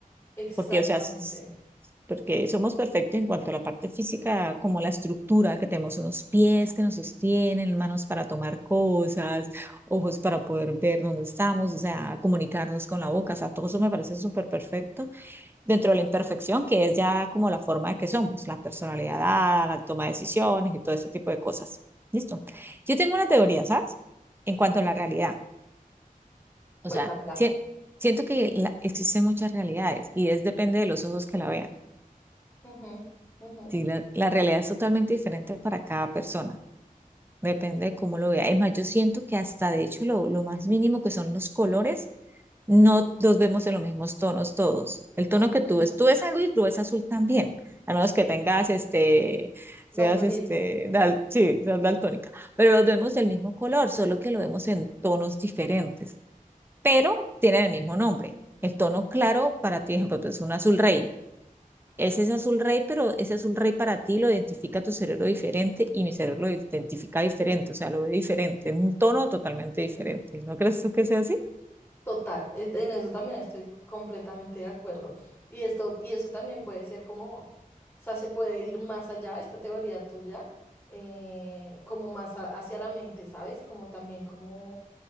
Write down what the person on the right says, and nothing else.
porque, o sea, s- porque somos perfectos en cuanto a la parte física, como la estructura, que tenemos unos pies que nos sostienen, manos para tomar cosas, ojos para poder ver dónde estamos, o sea, comunicarnos con la boca, o sea, todo eso me parece súper perfecto dentro de la imperfección, que es ya como la forma de que somos, la personalidad dada, la toma de decisiones y todo ese tipo de cosas. Listo. Yo tengo una teoría, ¿sabes? En cuanto
a la realidad.
O sea, si- siento que la- existen muchas realidades y es depende de los ojos que la vean.
Sí, la, la realidad es totalmente diferente para cada persona. Depende de cómo lo vea. Es más, yo siento que hasta de hecho lo, lo más mínimo que son los colores, no los vemos en los mismos tonos todos. El tono
que tú ves, tú ves algo y tú ves azul también, a menos
que tengas este, seas
este, dal- sí, seas daltónica, pero los vemos del mismo color, solo que lo vemos en tonos diferentes, pero tienen el mismo nombre. El tono claro para ti, por ejemplo, es un azul rey ese es azul rey, pero ese azul rey para ti lo identifica tu cerebro diferente y mi cerebro lo identifica diferente, o sea, lo ve diferente, en un tono totalmente diferente. ¿No crees tú que sea así?